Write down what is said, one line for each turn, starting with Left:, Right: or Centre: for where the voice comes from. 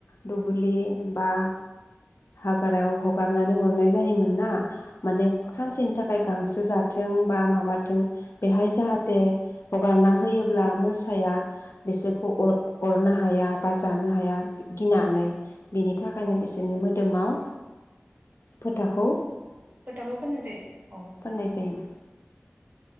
Left: दुब्लि बा हाग्रायाव हगारनानै हरनाय जायोमोन ना माने
Right: औ
Left: सानसेनि
Right: औ
Left: थाखाय गांसो जाथों बा माबाथों बेहाय जाहाथे हगारना होयोब्ला मोसो फिसाया बिसोरखौ अर अरनो हाया बा जानो हाया गिनानै बिनि थाखायनो
Right: औ
Left: बिसोरनि मोदोमाव फोथाखौ
Right: फोथाखौ फोननाय जायो औ
Left: फोनाय जायोमोन।